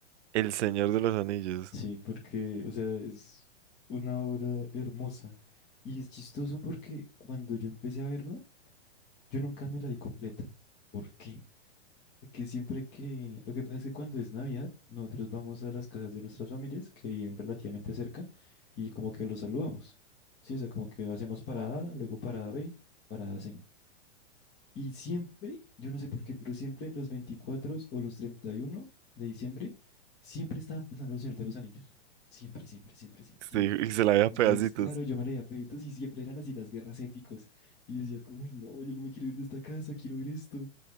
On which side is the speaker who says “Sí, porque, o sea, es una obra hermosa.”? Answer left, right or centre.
Left